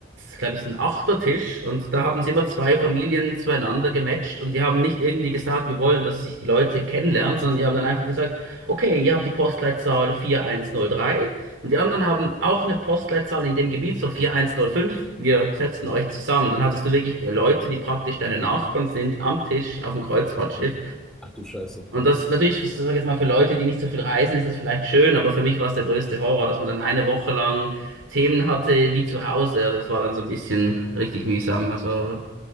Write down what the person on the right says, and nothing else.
glaube ich, so ein Achtertisch und da haben sie immer zwei Familien zueinander gematcht und die haben nicht irgendwie gesagt, wir wollen, dass sich die Leute kennenlernen, sondern die haben dann einfach gesagt, Okay, ihr habt die Postleitzahl vier eins null drei und die anderen haben auch eine Postleitzahl in dem Gebiet, so 4105. Wir setzen euch zusammen. Dann hattest du wirklich äh, Leute, die praktisch deine Nachbarn sind, am Tisch, auf dem Kreuzfahrtschiff.
Und das natürlich, sag ich jetzt mal, für Leute, die nicht so viel reisen, ist das vielleicht schön, aber für mich war es der größte Horror, dass man dann eine Woche lang Themen hatte wie zu Hause. Also das war dann so ein bisschen richtig mühsam. Also,